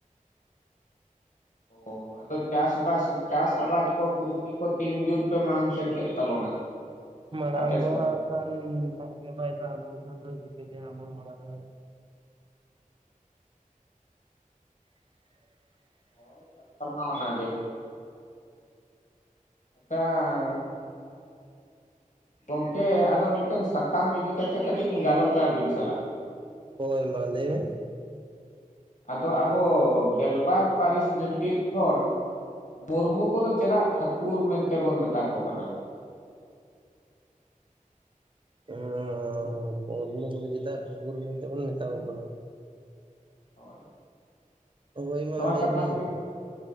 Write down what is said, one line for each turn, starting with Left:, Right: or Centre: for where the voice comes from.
Left: ᱚᱻ ᱟᱫᱚ ᱪᱟᱥ ᱵᱟᱥ ᱪᱟᱥ ᱟᱵᱟᱫ ᱠᱚ ᱠᱚᱯᱤ ᱠᱚ ᱛᱤᱱ ᱡᱳᱨ ᱯᱮ ᱢᱟᱲᱟᱝ ᱥᱮᱱ ᱠᱮᱫ ᱛᱟᱵᱚᱱᱟ?
Right: ᱢᱟᱲᱟᱝ
Left: ᱟᱯᱮ
Right: ᱫᱚ
Left: ᱥᱮᱱ
Right: ᱦᱟᱸᱜ ᱠᱷᱟᱱ ᱫᱟᱜ ᱜᱮ ᱵᱟᱭ ᱫᱟᱜ ᱟᱵᱚᱱ ᱠᱷᱟᱱ ᱫᱚ ᱪᱤᱠᱟᱹᱛᱮ ᱦᱟᱸᱜ ᱵᱚᱱ ᱢᱟᱲᱟᱝᱟ᱾
Left: ᱦᱳᱭ ᱠᱟᱛᱟ ᱢᱟ ᱚᱱᱟᱜᱮ <unintelligible> ᱜᱚᱝᱠᱮ ᱟᱫᱚ ᱢᱤᱫᱴᱟᱝ ᱥᱟᱛᱟᱢ ᱤᱫᱤᱠᱟ ᱛᱮᱜ ᱠᱟᱹᱴᱤᱡ ᱤᱧ ᱜᱟᱞᱚᱪᱟ ᱟᱹᱵᱤᱱ ᱥᱟᱞᱟᱜ᱾
Right: ᱦᱳᱭ ᱢᱟ ᱞᱟᱹᱭ ᱢᱮ᱾
Left: ᱟᱫᱚ ᱟᱵᱚ ᱜᱮᱞᱵᱟᱨ ᱯᱟᱹᱨᱤᱥ ᱵᱷᱤᱛᱤᱨ ᱠᱷᱚᱱ ᱢᱩᱨᱢᱩ ᱠᱚᱫᱚ ᱪᱮᱫᱟᱜ ᱴᱷᱟᱹᱠᱩᱨ ᱢᱮᱱᱛᱮᱵᱚᱱ ᱢᱮᱛᱟ ᱠᱚ ᱠᱟᱱᱟ?
Right: ᱦᱮᱸ ᱢᱩᱨᱢᱩ ᱠᱚᱫᱚ ᱪᱮᱫᱟᱜ ᱴᱷᱟᱠᱩᱨ ᱢᱮᱱᱛᱮᱵᱚᱱ ᱢᱮᱛᱟ ᱠᱚ ᱠᱟᱱᱟ,
Left: ᱦᱳᱭ,
Right: ᱦᱳᱭ ᱢᱟ
Left: ᱱᱚᱣᱟ ᱠᱟᱛᱷᱟ
Right: ᱞᱟᱹᱭ ᱵᱤᱱ
Left: ᱠᱚᱵᱤᱱ